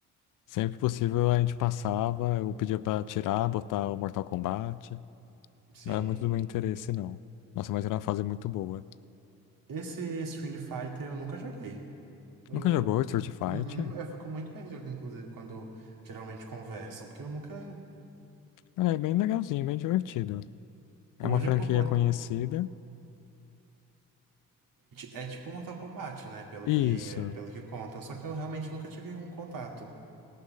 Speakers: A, on the left; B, on the right.
A: Sempre que possível a gente passava, eu pedia pra tirar, botar o Mortal Kombat.
B: sim.
A: Não era muito do meu interesse, não. Nossa, mas era uma fase muito boa.
B: Esse Street Fighter eu nunca joguei. Eu,
A: Nunca jogou Street Fighter?
B: uhum, eu fico muito perdido, inclusive, quando geralmente conversam, porque eu nunca.
A: Ah, É bem legalzinho, bem divertido. É
B: O
A: uma
B: único
A: franquia
B: contato
A: conhecida.
B: é tipo Mortal Kombat, né? Pelo
A: Isso.
B: que, pelo que conta. Só que eu realmente nunca tive um contato.